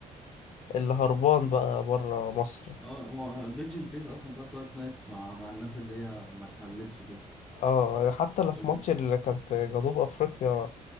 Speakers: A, on the left (about 60°); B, in the centre.
A: اللي هربان بقى بره مصر
B: اه هو بيج الفيس أصلا بتاعت لايت نايتس مع مع الناس اللي هي ما انحلتش دي
A: اه حتى اللي
B: لو
A: في ماتش اللي كان في جنوب افريقيا